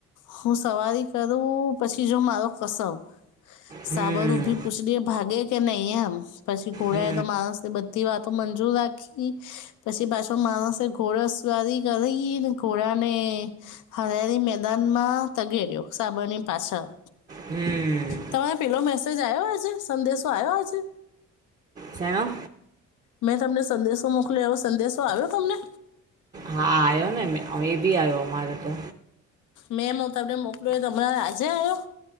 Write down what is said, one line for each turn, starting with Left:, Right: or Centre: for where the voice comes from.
Left: હું સવારી કરું પછી, જો મારો કસમ.
Right: હમ
Left: સાબર ઊભી પૂછડી એ ભાગે કે નહીં એમ, પછી ઘોડાય
Right: હમ
Left: તો માણસ બધી વાતો પણ ઓ આખી. પછી પાછો માણસે ઘોડા સવારી કરી ને ઘોડાને. હરિયાળી મેદાનમાં તગેડ્યો સાબરની પાછળ.
Right: હમ
Left: તમારે પેલો મેસેજ આવ્યો? આજે સંદેશો આવ્યો આજે?
Right: છે ને.
Left: મેં તમને સંદેશો મોકલ્યો, એ સંદેશો આવ્યો તમને?
Right: હા, આવ્યો ને. એ બી આવ્યો મારે તો.
Left: મેમ, હું તમને મોકલું તો, હમણાં આજે આવ્યો?